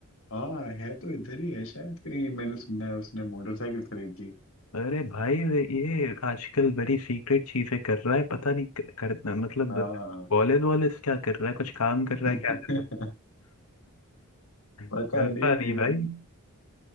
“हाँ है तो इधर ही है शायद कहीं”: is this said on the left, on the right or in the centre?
Left